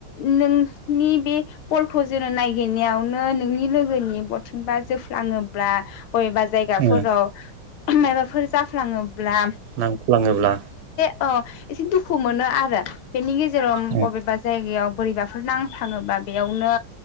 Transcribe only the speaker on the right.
उम
नांफ्लांङोब्ला
उम